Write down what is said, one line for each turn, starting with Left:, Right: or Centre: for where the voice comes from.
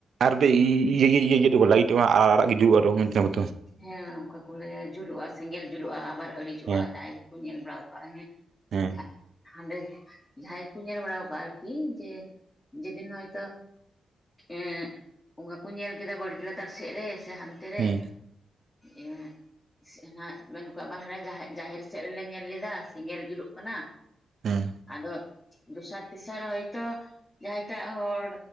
Right: ᱟᱨ ᱤᱻᱤ ᱤᱭᱟᱹᱠᱚ ᱞᱟᱹᱭᱤᱴᱚᱜᱼᱟ ᱟᱻᱟ ᱟᱨᱟᱜ ᱜᱮ ᱡᱩᱞᱩᱜᱼᱟ᱾
Left: ᱦᱮᱸ ᱚᱱᱠᱟ ᱠᱚ ᱞᱟᱹᱭ ᱟ ᱡᱩᱞᱩᱜᱼᱟ, ᱥᱮᱸᱜᱮᱞ ᱡᱩᱞᱩᱜᱼᱟ ᱟᱵᱟᱨ ᱟᱲᱤᱡᱚᱜᱼᱟ
Right: ᱦᱮᱸ
Left: ᱡᱟᱦᱟᱸᱭ ᱜᱮᱠᱚ ᱧᱮᱞ ᱵᱟᱲᱟ ᱠᱟᱜᱼᱟ ᱦᱮᱸ᱾
Right: ᱦᱮᱸ
Left: ᱡᱟᱦᱟᱸ ᱦᱟᱸᱰᱮ ᱡᱟᱦᱟᱸᱭ ᱜᱮᱠᱚ ᱧᱮᱞ ᱵᱟᱲᱟ ᱠᱟᱜᱼᱟ ᱟᱨᱠᱤ ᱡᱮ ᱡᱮᱫᱤᱱ ᱦᱚᱭᱛᱚ ᱮᱸᱜ ᱚᱱᱠᱟ ᱠᱚ ᱧᱮᱞ ᱠᱮᱫᱟ ᱵᱟᱲᱜᱤ ᱞᱟᱛᱟᱨ ᱥᱮᱜ ᱨᱮ ᱥᱮ ᱦᱟᱱᱛᱮ ᱨᱮ,
Right: ᱦᱮᱸ
Left: ᱩᱸᱜ ᱦᱱᱟᱜ ᱢᱮᱱᱠᱚ ᱟᱵᱟᱨ ᱡᱟ ᱡᱟᱦᱮᱨ ᱥᱮᱫ ᱨᱮᱞᱮ ᱧᱮᱞ ᱞᱮᱫᱟ ᱥᱮᱸᱜᱮᱞ ᱡᱩᱞᱩᱜ ᱠᱟᱱᱟ᱾
Right: ᱦᱮᱸ
Left: ᱟᱫᱚ ᱫᱚᱥᱟᱨ ᱛᱮᱥᱟᱨ ᱦᱚᱳᱭᱛᱳ ᱡᱟᱦᱟᱸᱭ ᱴᱟᱜ ᱦᱚᱲ